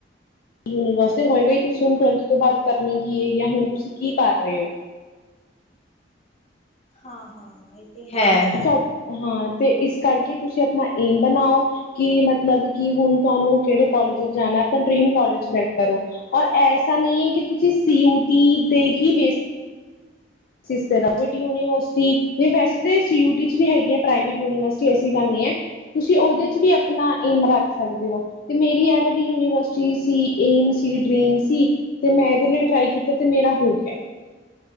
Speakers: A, on the left; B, on the left.
A: ਯੂਨੀਵਰਸਿਟੀ ਹੋਏਗਾ ਹੀ, ਤੁਸੀਂ ਹੁਣ ਟਵੈਲਥ ਤੋਂ ਬਾਅਦ ਕਰਨੀ ਕੀ ਹੈ ਜਾਂ ਹੁਣ ਤੁਸੀਂ ਕੀ ਕਰ ਰਹੇ ਹੋ।
B: ਹਾਂ, ਹਾਂ ਤੇ ਹੈ
A: ਤੁਹਾ, ਹਾਂ ਤੇ ਇਸ ਕਰਕੇ ਤੁਸੀਂ ਆਪਣਾ ਏਮ ਬਨਾਓ। ਕਿ ਮਤਲਬ ਕਿ ਹੁਨ ਤੁਹਾਨੂੰ ਕਿਹੜੇ ਕੋਲਜ ਵਿਚ ਜਾਨਾ? ਅਪਨਾ ਡਰੀਮ ਕਾਲਜ ਸਿਲੈਕਟ ਕਰੋ। ਔਰ, ਐਸਾ ਨਹੀਂ ਹੈ ਕਿ ਤੁਸੀਂ ਸੀ ਯੂਟੀ ਦੇ ਹੀ ਬੇਸ ਸਿਸ ਯੂਨੀਵਰਸਿਟੀ ਵੈਸੇ ਤੇ ਸੀ ਯੂ ਟੀ ਚ ਵੀ ਹੈਗੀਆ ਪ੍ਰਾਈਵੇਟ ਯੂਨੀਵਰਸਿਟੀ ਐਸੀ ਗੱਲ ਨੀ ਐ। ਤੁਸੀਂ ਉਹਦੇ ਚ ਵੀ ਆਪਣਾ ਏਮ ਰੱਖ ਸਕਦੇ ਹੋ। ਤੇ ਮੇਰੀ ਇਹ ਵੱਡੀ ਯੂਨੀਵਰਸਿਟੀ ਸੀ ਏਮ ਸੀ ਡਰੀਮ ਸੀ। ਤੇ ਮੈਂ ਇਹਦੇ ਲਈ ਟਰਾਈ ਕੀਤਾ ਤੇ ਮੇਰਾ ਹੋ ਗਿਆ।